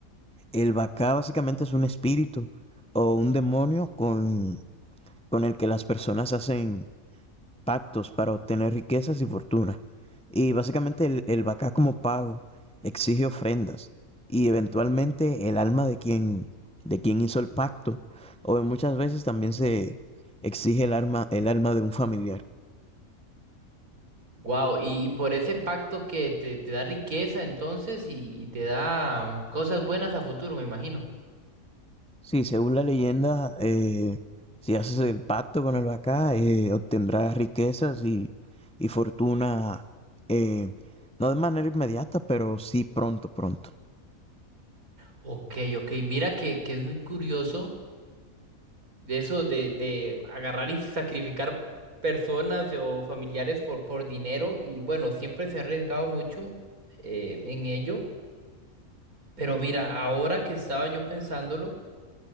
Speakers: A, in the centre; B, on the right (about 80°).
A: El Bacá básicamente es un espíritu o un demonio con, con el que las personas hacen pactos para obtener riquezas y fortuna. Y básicamente el, el Bacá como pago exige ofrendas y eventualmente el alma de quien, de quien hizo el pacto o muchas veces también se exige el alma, el alma de un familiar.
B: Wow, y, y por ese pacto que te, te da riqueza entonces y, y te da cosas buenas a futuro, me imagino.
A: Sí, según la leyenda, eh, si haces el pacto con el Bacá, eh, obtendrás riquezas y, y fortuna, eh, no de manera inmediata, pero sí pronto, pronto.
B: Ok, ok, mira que, que es muy curioso de eso de, de agarrar y sacrificar personas o familiares por, por dinero y bueno, siempre se ha arriesgado mucho eh, en ello, pero mira, ahora que estaba yo pensándolo,